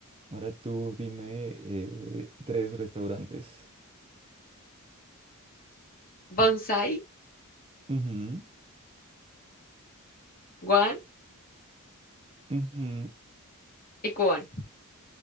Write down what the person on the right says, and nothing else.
ahora tú dime eh, tres restaurantes.
Ujú,
ujú,